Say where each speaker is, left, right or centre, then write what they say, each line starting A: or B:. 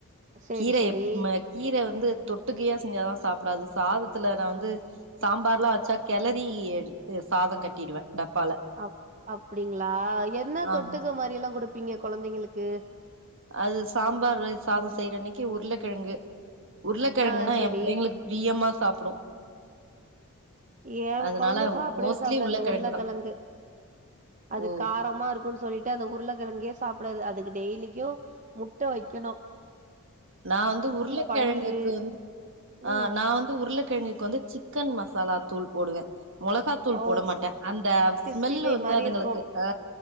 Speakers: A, on the right; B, on the right.
A: சேரி
B: கீரை
A: சேரி
B: <unintelligible> கீரை வந்து தொட்டுக்கையா செஞ்சாதா சாப்டாது சாதத்துல நா வந்து சாம்பார்ல்லா வேச்சா கெளரி எடுத் சாத கட்டிடுவே டப்பால
A: அப் அப்டிங்களா என்ன
B: ஆமா
A: தொட்டுக்க மாரில்லா குடுப்பீங்க கொழந்தைங்ளுக்கு
B: அது சாம்பார் சாத செய்ற அன்னைக்கு உருளைக்கெழங்கு உருளைக்கெழங்குனா
A: ஆ சேரி
B: ஏ புள்ளைங்களுக் பிரியம்மா சாப்டு
A: ஏ
B: அதனால
A: கொழந்த சாப்பிடவே
B: மோஸ்ட்லி
A: சாப்டாது
B: உருளக்கெழங்குதா
A: அந் உருளைக்கெழங்கு அது
B: ஓ
A: காரமா இருக்குனு சொல்லிட் டு அந்த உருளைக்கெழங்கயே சாப்டாது அதுக்கு டெய்லிக்கு முட்ட வெக்கணு
B: நா வந்து உருளைக்கெழங்குக்கு
A: பன்னீரு
B: ஆ
A: ம்
B: நா வந்து உருளைக்கெழங்குக்கு வந்து சிக்கன் மசாலா தூள் போடுவே மொளகாத்தூள்
A: ஓட்ஸ்
B: போட மாட்டே அந்த
A: சிக்ஸ்டி
B: ஸ்மெல்லு
A: ஃபைவ்
B: வந்து
A: மாரி
B: அதுங்களுக்கு
A: இருக்கு
B: ஆ